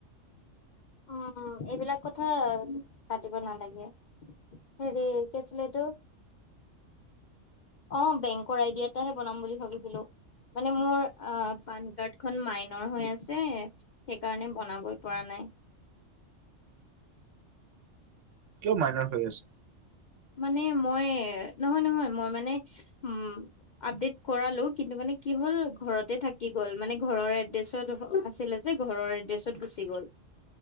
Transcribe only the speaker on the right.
কিয় মাইনৰ হৈ আছে?